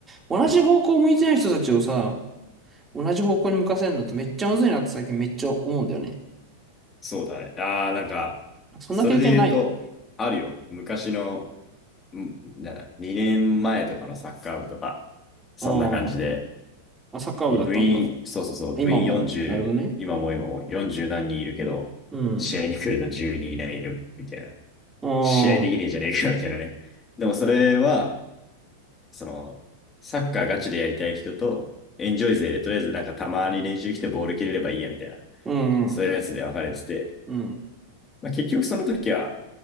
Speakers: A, on the right; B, on the left.
A: 同じ方向向いてない人たちをさ、
B: うん。
A: 同じ方向に向かせるのってめっちゃむずいなって最近めっちゃ思うんだよね。
B: そうだね。ああ、なんか、
A: そんな経験ない
B: それで言うと、あるよ。昔の、うんなんだ、2年前とかのサッカー部とか、そんな感じで、
A: うん。まあ、サッカー部だったんだ。
B: 部員、そうそうそう、
A: 今も。
B: 部員40、
A: なるほどね。
B: 今も今も40何人いるけど、
A: うん。
B: 試合に来るの10人いないいるみたいな。
A: ああ、
B: 試合できねえじゃねえかみたいなね。でもそれは、その、サッカーガチでやりたい人と、エンジョイ勢でとりあえずなんかたまに練習来てボール蹴れればいいやみたいな、
A: うん、
B: そういうやつで分かれてて、
A: うん、うん、
B: まあ、結局その時は、